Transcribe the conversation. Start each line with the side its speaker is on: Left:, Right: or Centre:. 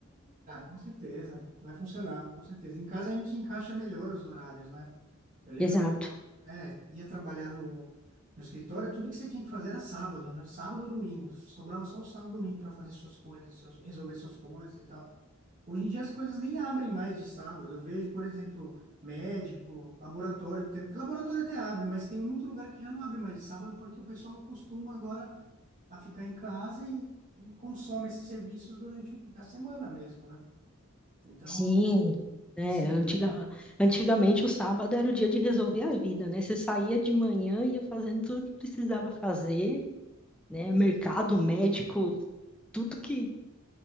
Right: Ah, com certeza. Vai funcionar, com certeza. Em casa a gente encaixa melhor os horários, né?
Centre: <laughs>
Right: Eu lembro
Centre: Exato.
Right: que é, ia trabalhar no, no escritório, tudo que você tinha que fazer era sábado, né? Sábado, ou domingo. Sobrava só o sábado, e domingo para fazer suas coisas, seus- resolver suas coisas e tal. Hoje em dia as coisas nem abrem mais de sábado. Eu vejo, por exemplo, médico, laboratório, que tem, laboratório até abre, mas tem muito lugar que já não abre mais de sábado porque o pessoal costuma agora a ficar em casa e, e consome esses serviços durante o- a semana mesmo, né? Então,
Centre: Sim, né?
Right: pensei,
Centre: Antiga, antigamente o sábado era o dia de resolver a vida, né? Você saía de manhã, ia fazendo tudo que precisava fazer, né? Mercado,
Right: sim,
Centre: médico, tudo que